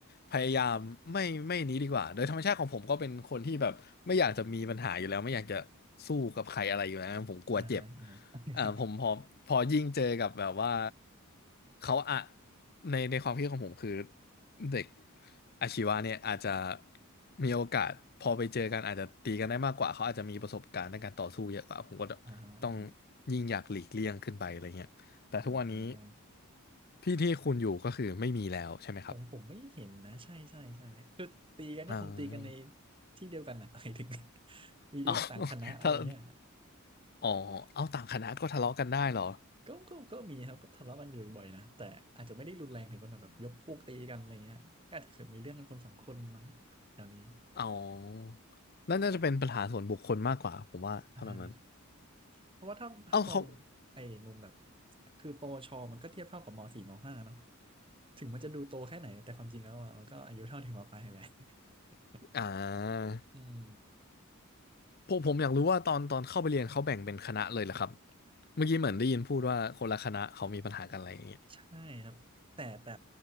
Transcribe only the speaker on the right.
อ่าอ่า
<laughs>
อ่าอ่า
อ่า
ผมผมไม่เห็นนะใช่ใช่ใช่คือตีกันก็คงตีกันใน
ที่เดียวกันนะ <laughs> หมายถึง
<laughs> มีเรื่องต่างคณะอะไรเงี้ย
ก็ก็ก็มีครับก็ทะเลาะกันอยู่บ่อยๆนะแต่อาจจะไม่ได้รุนแรงถึงขนาดแบบยกพวกตีกันอะไรเงี้ยก็อาจจะเคยมีเรื่องกันคนสองคนมั้งแถวนี้
เพราะอ่าฮะเพราะว่าถ้าถ้ามองไอ้มุมแบบ
คือปวชมันก็เทียบเท่ากับมสี่มห้าเนาะถึงมันจะดูโตแค่ไหนแต่ความจริงแล้วอ่ะมันก็อายุเท่าถึงมปลายแหละ <laughs>
อืม
ใช่ครับแต่แต่